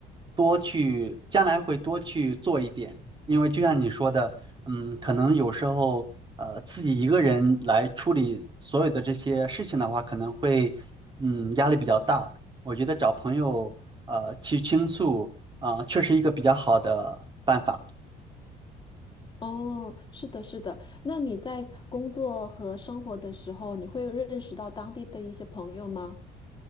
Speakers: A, on the right (about 30°); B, on the left (about 25°).
A: 多去，将来会多去做一点，因为就像你说的，嗯，可能有时候呃自己一个人来处理所有的这些事情的话，可能会嗯压力比较大。我觉得找朋友呃去倾诉啊、确实一个比较好的办法。
B: 哦，是的，是的。那你在工作和生活的时候，你会认识到当地的一些朋友吗？